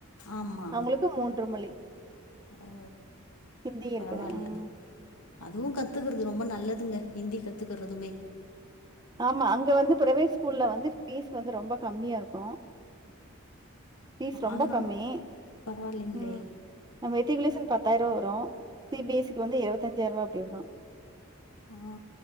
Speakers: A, on the left; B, on the right.
A: ஆமா
B: நம்ளுக்கு மூன்று மொழி
A: ஓ
B: ஹிந்தி
A: பரவால்ல
B: இருக்குது. ம்.
A: அதுவு கத்துக்குற்து ரொம்ப நல்லத் துங்க ஹிந்தி கத்துக்கறதுமே
B: ஆமா அங்க வந்து பிரவேட் ஸ்கூல்ல வந்து ஃபீஸ் வந்து ரொம்ப கம்மியாருக்கு ஃபீஸ் ரொம்ப
A: அதனால
B: கம்மி
A: பரவாயில்லைங்களே
B: ம் நம்ப டிவ்லிசன் பத்தாயி ரூவா வரூ சி பி எஸ் சிக்கு வந்து இருவத்தஞ்சாயி ரூவா அப்டி வரூ
A: ஆ